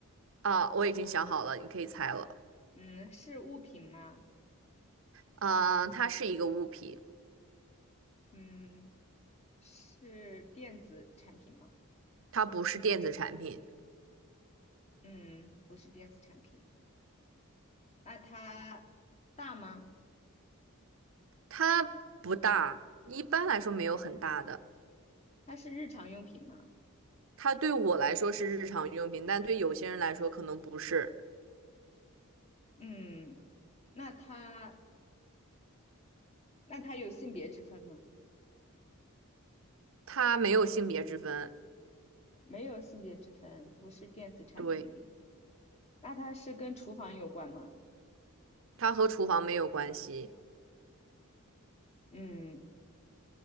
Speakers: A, on the right; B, on the left.
A: 啊，我已经想好了，你可以猜了。
B: 嗯，是物品吗？
A: 啊，它是一个物品，
B: 嗯，是电子产品吗？
A: 它不是电子产品，
B: 嗯，不是电子产品。那它大吗？
A: 它不大，一般来说没有很大的。
B: 它是日常用品吗？
A: 它对我来说是日常用品，但对有些人来说可能不是。
B: 嗯，那它那它有性别之分吗？
A: 它没有性别之分，
B: 没有性别之分，不是电子产品。
A: 对，
B: 那它是跟厨房有关吗？
A: 它和厨房没有关系，
B: 嗯，